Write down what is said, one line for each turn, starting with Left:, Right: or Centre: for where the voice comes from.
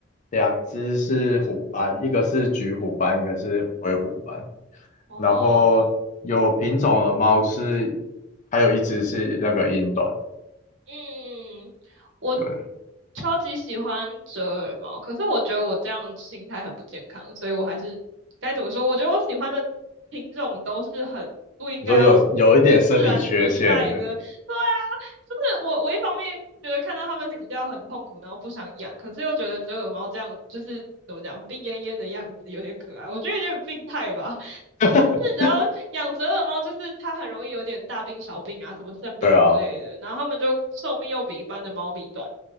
Left: 两只是虎斑，一个是橘虎斑，一个是灰虎斑。
Right: 哦，
Left: 然后有品种的猫就是还有一只是那个英短。
Right: 嗯，嗯我
Left: 对，
Right: 超级喜欢折耳猫，可是我觉得我这样心态很不健康，所以我还是该怎么说？我觉得我喜欢的品种都是很不应该要
Left: 你说有有一点生理缺陷的，
Right: 自然存在的。对啊，就是我我一方面觉得看到它们死掉很痛苦，然后不想养，可是又觉得折耳猫这样就是怎么讲病恹恹的样子有点可爱，我觉得有点病态吧。
Left: <laughs>
Right: 就是你知道养折耳猫，就是它很容易有点大病小病啊，什么肾病之类的，
Left: 对啊，
Right: 然后它们就寿命又比一般的猫咪短。